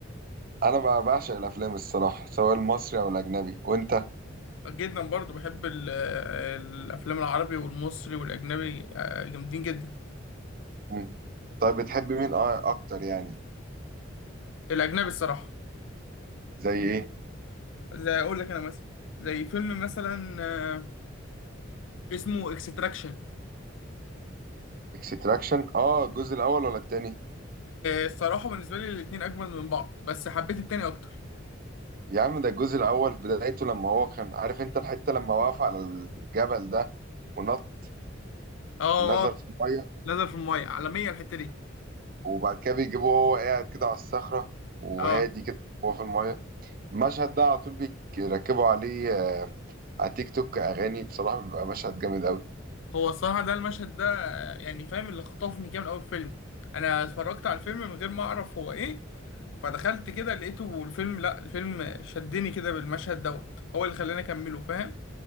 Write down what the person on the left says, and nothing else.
جدا برضو بحب ال- الافلام العربي والمصري والاجنبي آه، جامدين جدا
الاجنبي الصراحه
زي اقول لك انا مثلا زي فيلم مثلا آه، اسمه اكستراكشن
الصراحه بالنسبه لي الاتنين اجمل من بعض بس حبيت التاني اكتر
اه
نزل في الميه عالميه الحته دي
اه
هو الصراحه ده المشهد ده آه، يعني فاهم اللي خطفني كده من اول فيلم انا اتفرجت على الفيلم من غير ما اعرف هو ايه فدخلت كده لقيته الفيلم لا الفيلم شدني كده بالمشهد دوت هو اللي خلاني اكمله فاهم